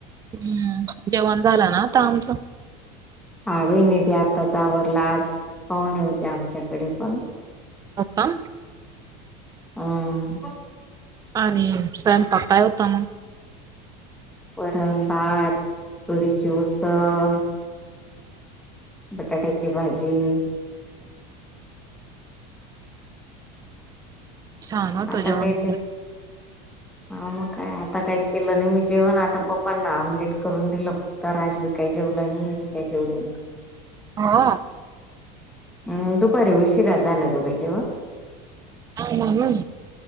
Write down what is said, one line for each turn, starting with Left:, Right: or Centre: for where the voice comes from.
Right: हम्म जेवण झालं ना आता आमचं.
Centre: हा बाई मी बी आताच आवरल आज पाहुणे होते आमच्याकडे पण.
Right: आत्ता.
Centre: हम्म.
Right: आणि स्वयंपाक होता मग?
Centre: वरण, भात, तुरीची उसळ बटाट्याची भाजी.
Right: छान होतं
Centre: आता
Right: जेवण
Centre: काही जेव
Right: <inaudible>
Centre: हा मग काय आता काय केलं नाही मी जेवण आता पप्पांना आमलेट करून दिलं. आता राज बी काय जेवला नाई आणि मी बी काय जेवली नाई.
Right: हा.
Centre: हं दुपारी उशिरा झालं ग बाई जेवण.
Right: हा म्हणून.